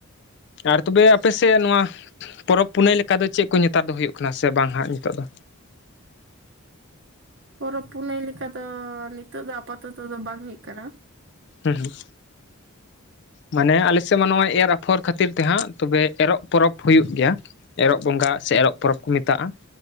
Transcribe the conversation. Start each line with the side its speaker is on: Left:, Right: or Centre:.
Left: ᱟᱨ ᱛᱚᱵᱮ ᱟᱯᱮᱥᱮᱫ ᱱᱚᱣᱟ ᱯᱚᱨᱚᱵᱽ ᱯᱩᱱᱟᱹᱭ ᱞᱮᱠᱟ ᱫᱚ ᱪᱮᱫ ᱠᱚ ᱱᱮᱛᱟᱨ ᱫᱚ ᱦᱩᱭᱩᱜ ᱠᱟᱱᱟ ᱥᱮ ᱵᱟᱝ ᱦᱟᱸᱜ ᱱᱤᱛᱚᱜ ᱫᱚ?
Right: ᱯᱚᱨᱚᱵᱽ ᱯᱩᱱᱟᱹᱭ ᱞᱮᱠᱟ ᱫᱚ ᱱᱤᱛᱚᱜ ᱫᱚ ᱟᱯᱟᱛᱚᱛᱚ ᱫᱚ ᱵᱟᱝ ᱦᱩᱭᱩᱜ ᱠᱟᱱᱟ᱾
Left: ᱦᱩᱸ ᱦᱩᱸ ᱢᱟᱱᱮ ᱟᱞᱮᱥᱮᱫ ᱢᱟ ᱱᱚᱣᱟ ᱮᱨ ᱟᱯᱷᱚᱨ ᱠᱷᱟᱹᱛᱤᱨᱛᱮ ᱦᱟᱸᱜ ᱛᱚᱵᱮ ᱮᱨᱚᱜ ᱯᱚᱨᱚᱵᱽ ᱦᱩᱭᱩᱜ ᱜᱮᱭᱟ᱾ ᱮᱨᱚᱜ ᱵᱚᱸᱜᱟ ᱥᱮ ᱮᱨᱚᱜ ᱯᱚᱨᱚᱵᱽ ᱠᱚ ᱢᱮᱛᱟᱜᱼᱟ,